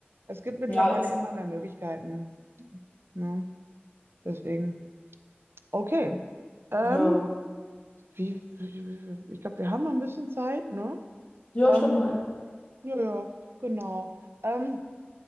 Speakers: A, on the right; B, on the left.
A: es gibt mittlerweile
B: ja, ist,
A: immer mehr Möglichkeiten. Ne? Deswegen. Okay. Ähm,
B: ja.
A: Wie, wie, ich glaube, wir haben noch ein bisschen Zeit, ne?
B: Ja,
A: Ähm,
B: ich glaube noch ein.
A: ja, ja, genau. Ähm,